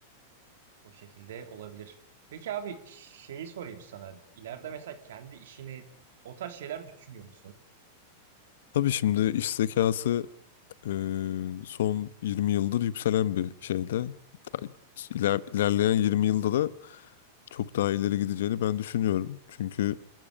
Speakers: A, on the right; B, on the left.
A: O şekilde olabilir. Peki abi şeyi sorayım sana. İleride mesela kendi işini o tarz şeyler düşünüyor musun?
B: Tabii şimdi iş zekası Ee, son 20 yıldır yükselen bir şeyde. Ta- iler- ilerleyen 20 yılda da çok daha ileri gideceğini ben düşünüyorum. Çünkü